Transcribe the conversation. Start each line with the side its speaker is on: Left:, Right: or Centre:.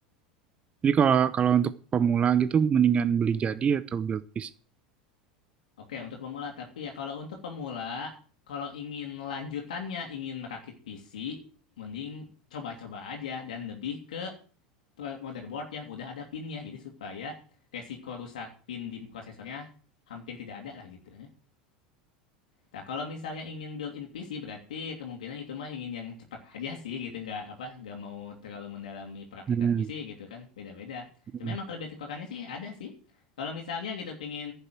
Right: Jadi kalau kalau untuk pemula gitu mendingan beli jadi atau build piece.
Left: Oke, untuk pemula tapi ya kalau untuk pemula kalau ingin lanjutannya ingin merakit PC mending coba-coba aja dan lebih ke pro- motherboard yang udah ada pinnya jadi supaya resiko rusak pin di prosesornya hampir tidak ada lah gitu. ya. Nah, kalau misalnya ingin built-in PC berarti kemungkinan itu mah ingin yang cepat aja sih gitu nggak apa nggak mau terlalu mendalami perakitan
Right: Hmm.
Left: PC gitu kan beda-beda. Cuma
Right: Hmm.
Left: emang kelebihan kekurangannya sih ada sih. Kalau misalnya gitu pingin